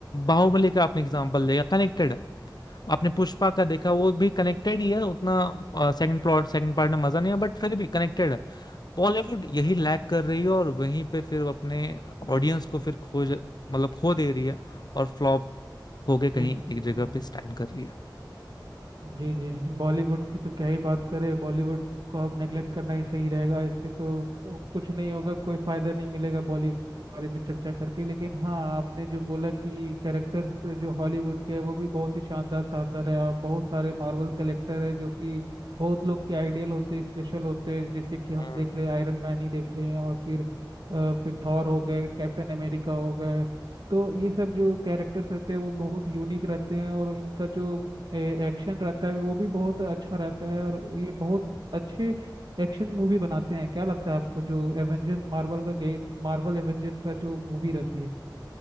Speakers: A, on the left (about 60°); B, on the right (about 65°).
A: बाहुबली का आपने एग्जांपल लिया कनेक्टेड है आपने पुष्पा का देखा वो भी कनेक्टेड ही है उतना सेकंड प्लॉट सेकंड पार्ट में मजा नहीं है बट फिर भी कनेक्टेड है बॉलीवुड यही लैक कर रही है और वहीं पे फिर अपने ऑडियंस को फिर खोज मतलब खो दे रही है और फ्लॉप होके कहीं
B: जी बिल्कुल
A: एक जगह पे
B: बिल्कुल
A: स्टैंड कर रही है
B: जी जी बॉलीवुड की तो क्या ही बात करें बॉलीवुड को अब नेगलेक्ट करना ही सही रहेगा इससे तो कु- कुछ नहीं होगा कोई फायदा नहीं मिलेगा बॉलीवुड के बारे में चर्चा करके लेकिन हाँ आपने जो बोला कि कैरेक्टर्स जो हॉलीवुड के हैं वो भी बहुत ही शानदार शानदार है आप बहुत सारे मार्वल कैरेक्टर है जो कि बहुत लोग के आइडियल होते हैं स्पेशल होते हैं जैसे कि हम
A: हम्म।
B: देख ले आयरन मैन ही देख लें और फिर अ, फिर थॉर हो गए कैप्टन अमेरिका हो गए तो ये सब जो कैरेक्टर्स रहते हैं वो बहुत यूनिक रहते हैं और इनका जो एक्शन रहता है वो भी बहुत अच्छा रहता है और ये बहुत अच्छे एक्शन मूवी बनाते हैं क्या लगता है आपको जो एवेंजर्स मार्वल का गेम मार्वल एवेंजर्स का जो मूवी रहती है